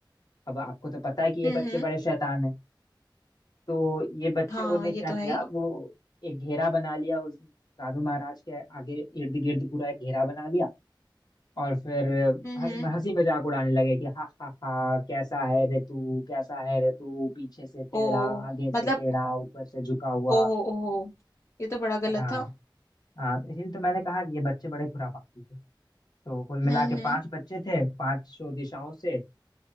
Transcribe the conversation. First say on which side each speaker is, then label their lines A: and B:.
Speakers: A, on the left (about 55°); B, on the left (about 35°).
A: अब आपको तो पता है कि ये
B: हम्म
A: बच्चे
B: हम्म
A: बड़े शैतान हैं तो ये बच्चे
B: हाँ
A: उन्होंने
B: ये
A: क्या
B: तो
A: किया
B: है ही
A: वो एक घेरा बना लिया उस साधु महाराज के आगे इर्द गिर्द पूरा एक घेरा बना लिया और फिर
B: हम्म
A: ह-
B: हम्म
A: हंसी मजाक उड़ाने लगे कि हा हा हा कैसा है रे तू कैसा है रे तू पीछे से टेढ़ा
B: ओ
A: आगे से
B: मतलब
A: टेढ़ा ऊपर से झुका हुआ
B: ओहो ओहो ये तो बड़ा गलत
A: हाँ
B: था
A: हाँ तो इसलिए तो मैंने कहा कि ये बच्चे बड़े खुराफाती थे तो कुल मिला
B: हम्म
A: के पांच
B: हम्म
A: बच्चे थे पांचों दिशाओं से